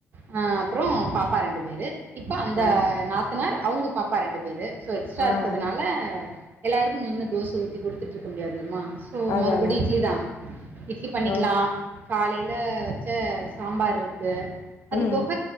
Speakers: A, on the right (about 40°); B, on the left (about 70°).
A: அ அப்றோ பாப்பா ரெண்டு பேரு இப்ப அந்த
B: ஆ
A: நாத்தனார் அவுங்க பாப்பா ரெண்டு பேரு சோ எக்ஸ்ட்ரா
B: ஆ
A: இருக்கறதுனால
B: ஆ
A: எல்லாருக்கு நின்னு தோச ஊத்தி குடுத்துட்டு இருக்க முடியாதுல்லமா இப்போ
B: அது
A: மறுபடி
B: அதான்
A: இட்லி தா இட்லி பண்ணிக்குலா
B: ஓ
A: காலையில வச்ச சாம்பார் இருக்கு அது
B: ம்
A: போக